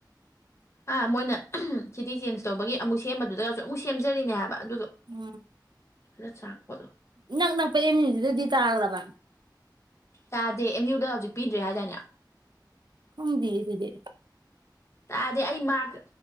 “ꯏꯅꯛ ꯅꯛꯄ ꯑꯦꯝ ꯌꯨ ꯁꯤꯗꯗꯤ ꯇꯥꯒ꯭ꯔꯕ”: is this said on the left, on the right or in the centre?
Right